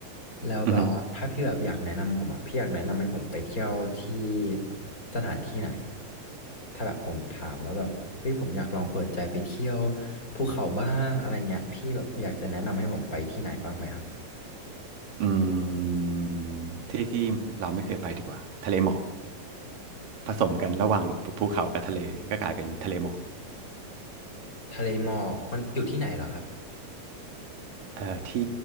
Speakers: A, on the left; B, on the right.
A: แล้วแบบว่าถ้าพี่แบบอยากแนะนำผมอ่ะพี่อยากแนะนำให้ผมไปเที่ยวที่
B: อือฮึ
A: สถานที่ไหนถ้าแบบผมถามว่าแบบเฮ้ยผมอยากลองเปิดใจไปเที่ยวภูเขาบ้างอะไรเงี้ยพี่แบบอยากจะแนะนำให้ผมไปที่ไหนบ้างไหมครับ
B: อืมที่ที่เราไม่เคยไปดีกว่าทะเลหมอกผสมกันระหว่างภูภูเขากับทะเลก็กลายเป็นทะเลหมอก
A: ทะเลหมอกมันอยู่ที่ไหนเหรอครับ
B: เอ่อที่